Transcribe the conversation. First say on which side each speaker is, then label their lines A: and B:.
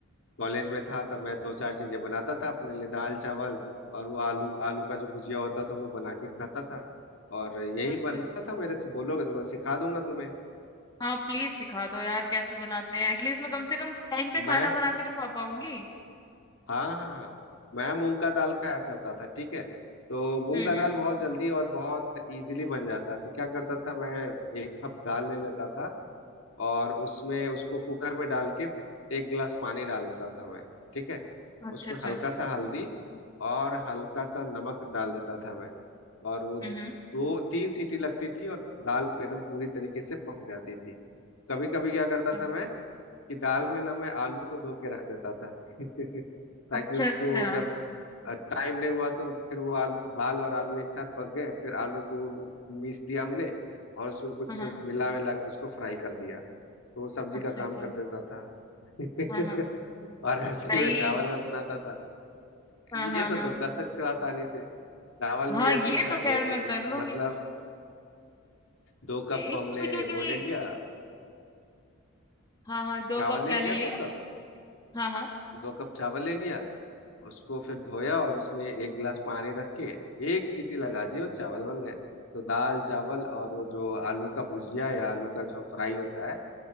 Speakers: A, on the left; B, on the left.
A: कॉलेज में था तब मैं दो चार चीजें बनाता था अपने लिए दाल चावल और वो आलू आलू का जो भुजिया होता था वो बना के खाता था और यही
B: अच्छा
A: बनता
B: अच्छा
A: था मेरे से बोलोगे तो मैं सिखा दूंगा तुम्हें
B: हाँ प्लीज सिखा दो यार कैसे बनाते हैं एटलीस्ट मैं कम से कम टाइम पे खाना
A: मैं
B: बना के तो खा पाऊंगी
A: हाँ हाँ हाँ मैं मूंग का दाल खाया करता था ठीक है तो मूंग
B: हम्म
A: का
B: हम्म
A: दाल बहुत जल्दी और बहुत इजीली बन जाता है तो क्या करता था मैं एक कप दाल ले लेता था और उसमें उसको कुकर में डाल के एक गिलास पानी डाल देता था मैं ठीक है
B: अच्छा
A: उसमें
B: अच्छा
A: हल्का सा हल्दी और हल्का सा नमक डाल देता था मैं और वो
B: हम्म
A: दो तीन सीटी लगती थी और दाल एकदम पूरी तरीके से पक जाती थी कभी कभी क्या करता
B: हम्म
A: था मैं कि दाल में ना मैं आलू को धो के रख देता था <laughs> ताकि
B: अच्छा
A: उसको
B: अच्छा
A: जब टाइम नहीं हुआ तो फिर वो आल, दाल और आलू एक साथ पक गए फिर आलू को मीस दिया हमने और उसमें कुछ
B: हाँ हाँ
A: मिला विला के उसको फ्राई कर दिया तो वो सब्जी
B: अच्छा
A: का
B: अच्छा
A: काम कर देता था <laughs>
B: हाँ हाँ
A: और ऐसे
B: दही
A: ही मैं चावल बनाता था
B: हाँ
A: ये
B: हाँ
A: तो
B: हाँ
A: तुम कर सकते हो आसानी से चावल
B: हाँ
A: भी ऐसे
B: ये
A: ही था
B: तो
A: ए,
B: खैर
A: ए,
B: मैं कर लूंगी
A: मतलब दो कप
B: इस
A: हमने
B: तरीके
A: वो ले
B: की
A: लिया
B: हाँ हाँ दो
A: चावल
B: कप क्या
A: ले
B: ले
A: लिया
B: लिया
A: दो कप
B: हाँ हाँ
A: दो कप चावल ले लिया उसको फिर धोया और उसमें एक गिलास पानी रख के एक सीटी लगा दी और चावल बन गए तो दाल चावल और वो जो आलू का भुजिया या आलू का जो फ्राई होता है